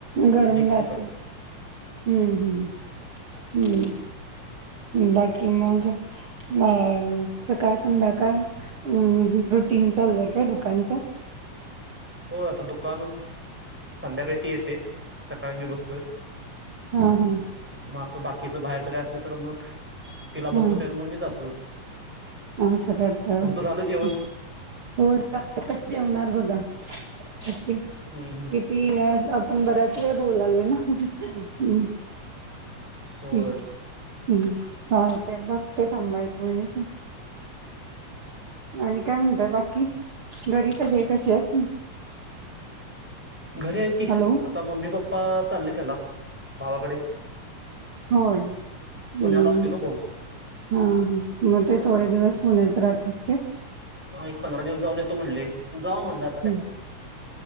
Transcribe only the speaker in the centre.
लीक
प्रूफ आहे
होग आता दुकानच संध्याकाळी त येते सकाळी मी बसतोय
मग बाकीचं बाहेरचं काय असलं तर मग तिला
बसवतो आणि मग मी जातो.
तुमचं
झालं जेवण
हम्म हम्म
होय
घर आहेत की
आता मम्मी पप्पा चालले त्याला भावाकडे
पुण्याला असतोय ना भाऊ
हा एक पंधरा दिवस जाऊन येतो म्हटले जाऊ म्हणला.